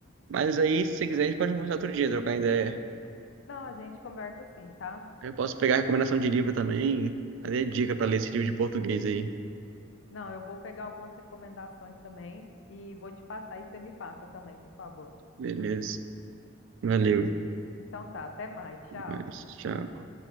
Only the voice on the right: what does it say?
Mas aí, se quiser, a gente pode conversar outro dia, trocar ideia.
Eu posso pegar recomendação de livro também, fazer dica pra ler esse livro de português aí.
Beleza. Valeu.
Até mais. Tchau.